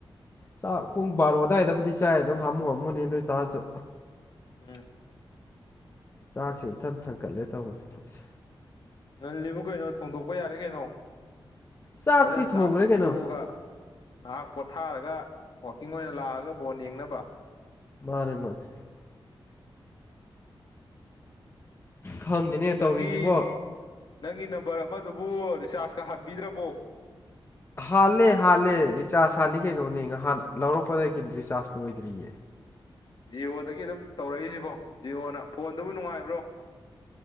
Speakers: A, on the left; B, on the left.
A: ꯆꯥꯛ ꯄꯨꯡ ꯕꯔꯣ ꯑꯗꯨꯏꯗꯕꯨꯗꯤ ꯆꯥꯏ ꯑꯗꯨꯝ ꯍꯥꯝꯃꯨ ꯍꯥꯝꯃꯨꯅꯦ ꯑꯗꯨ ꯑꯣꯏꯇꯔꯖꯨ
B: ꯎꯝ
A: ꯆꯥꯛꯁꯦ ꯏꯊꯟ ꯊꯟꯀꯠꯂꯦ ꯇꯧꯕꯅꯤ ꯄꯨꯛꯁꯦ
B: ꯉꯜꯂꯤꯕꯨ ꯀꯩꯅꯣ ꯊꯣꯡꯗꯣꯛꯄ ꯌꯥꯔꯦ ꯀꯩꯅꯣ
A: ꯆꯥꯛꯇꯤ
B: ꯍꯣꯔꯦꯟ
A: ꯊꯣꯡꯈ꯭ꯔꯦ
B: ꯆꯥꯛ
A: ꯀꯩꯅꯣ
B: ꯇꯣꯛꯑꯒ ꯉꯍꯥꯛ ꯄꯣꯊꯔꯒ ꯋꯥꯛꯀꯤꯡ ꯑꯣꯏꯅ ꯂꯥꯛꯑꯒ ꯕꯣꯟ ꯌꯦꯡꯅꯕ
A: ꯃꯥꯅꯦ ꯃꯥꯅꯦ ꯈꯪꯗꯦꯅꯦ
B: ꯅꯪꯒꯤ
A: ꯇꯧꯔꯤꯁꯤꯕꯣ
B: ꯅꯪꯒꯤ ꯅꯝꯕꯔ ꯑꯃꯗꯨꯕꯨ ꯔꯤꯆꯥꯔꯖꯀ ꯍꯟꯕꯤꯗ꯭ꯔꯕꯣ
A: ꯍꯥꯜꯂꯦ ꯍꯥꯜꯂꯦ ꯔꯤꯆꯥꯔꯖ ꯍꯥꯜꯂꯤ ꯀꯩꯅꯣꯅꯦ ꯉꯍꯥꯟ ꯂꯧꯔꯛꯄꯗꯒꯤ ꯔꯤꯆꯥꯔꯖ ꯂꯣꯏꯗ꯭ꯔꯤꯌꯦ
B: ꯖꯤꯌꯣꯗꯒꯤ ꯑꯗꯨꯝ ꯇꯧꯔꯛꯏꯁꯤꯕꯣ ꯖꯤꯌꯣꯅ ꯐꯣꯟꯗꯨꯕꯨ ꯅꯨꯡꯉꯥꯏꯕ꯭ꯔꯣ